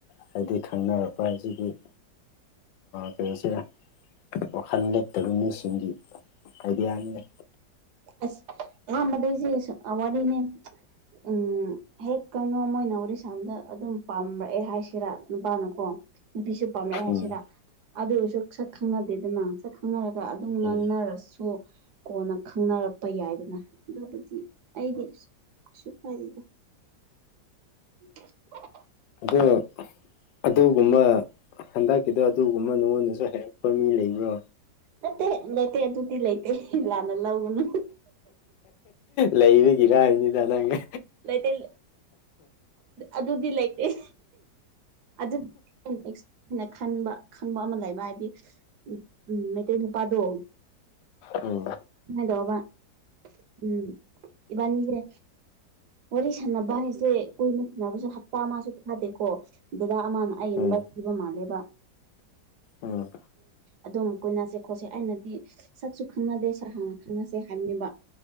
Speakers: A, on the left; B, on the right.
A: ꯍꯥꯏꯗꯤ ꯈꯪꯅꯔꯛꯄ ꯍꯥꯏꯕꯁꯤꯗꯤ ꯀꯩꯅꯣꯁꯤꯔ ꯋꯥꯈꯜ ꯂꯩꯦꯞꯇꯕ ꯃꯤꯁꯤꯡꯒꯤ ꯀꯔꯤꯌꯥꯅꯤꯦ
B: ꯑꯁ ꯑꯌꯥꯝꯥꯟꯕꯗꯩꯁꯦ ꯑꯋꯥꯗꯤꯅꯦ ꯎꯝ ꯍꯦꯛ ꯀꯩꯅꯣ ꯃꯣꯏꯅ ꯋꯥꯔꯤꯔꯤꯁꯥꯝꯗ ꯑꯗꯨꯝ ꯄꯥꯝꯔꯛꯑꯦ ꯍꯥꯏꯁꯤꯔꯥ ꯅꯨꯄꯥꯅꯀꯣ ꯅꯨꯄꯤꯁꯨ ꯄꯥꯝꯂꯛꯑꯦ
A: ꯎꯝ
B: ꯍꯥꯏꯁꯤꯗ ꯑꯗꯨ ꯑꯣꯏꯁꯨ ꯁꯛ ꯈꯪꯅꯗꯦꯗꯅꯛ ꯈꯪꯅꯔꯒ ꯑꯗꯨꯝ
A: ꯎꯝ
B: ꯉꯥꯡꯅꯔꯁꯨ ꯀꯣꯟꯅ ꯈꯪꯅꯔꯛꯄ ꯌꯥꯏꯗꯅ ꯑꯗꯨꯕꯨꯗꯤ ꯑꯩꯗꯤ ꯁꯨ꯭ꯔ ꯍꯥꯏꯗꯗ ꯎ
A: ꯑ ꯑꯗꯨꯒꯨꯝꯕ ꯍꯟꯗꯛꯀꯤꯗꯣ ꯑꯗꯨꯒꯨꯝꯕ ꯅꯉꯣꯟꯗꯁꯨ ꯍꯩꯔꯛꯄ ꯃꯤ ꯂꯩꯕ꯭ꯔꯣ
B: ꯂꯩꯠꯇꯦ ꯂꯩꯇꯦ ꯑꯗꯨꯗꯤ ꯂꯩꯇꯦ ꯂꯥꯟꯅ ꯂꯧꯒꯅꯨ
A: ꯂꯩꯕꯒꯤꯔꯥꯕꯅꯤꯅ ꯅꯪꯒ
B: ꯂ ꯂꯩꯇꯗꯤ ꯑꯗꯨꯗꯤ ꯂ ꯂꯩ ꯑꯗꯨ ꯅꯁ ꯑꯩꯅ ꯈꯟꯕ ꯈꯪꯕ ꯑꯃ ꯂꯩꯕ ꯍꯥꯏꯗꯤ ꯎꯝ ꯃꯩꯇꯩ ꯅꯨꯄꯥꯗꯣ
A: ꯎꯝ
B: ꯅꯨꯡꯉꯥꯏꯗꯕ ꯎꯝ ꯏꯕꯥꯅꯤꯁꯦ ꯋꯥꯔꯤ ꯁꯥꯟꯅꯕ ꯍꯥꯏꯁꯦ ꯀꯨꯏꯅ ꯁꯥꯟꯅꯕꯁꯨ ꯍꯞꯇꯥ ꯃꯥꯁꯨ ꯊꯥꯗꯦꯀꯣ ꯗꯦꯗꯥ ꯑꯃꯅ ꯑꯩꯒꯤ
A: ꯎꯝ
B: ꯑꯗꯨꯃꯛ ꯊꯕ ꯃꯥꯜꯂꯦꯕ
A: ꯎꯝ
B: ꯑꯗꯨꯝ ꯑꯩ ꯀꯣꯏꯅꯁꯦ ꯈꯣꯠꯁꯦ ꯑꯩꯅꯗꯤ ꯁꯠꯁꯨ ꯈꯪꯅꯗꯦ ꯁ ꯍꯥꯟꯅ ꯈꯪꯅꯁꯦ ꯍꯥꯏꯕꯅꯤꯕ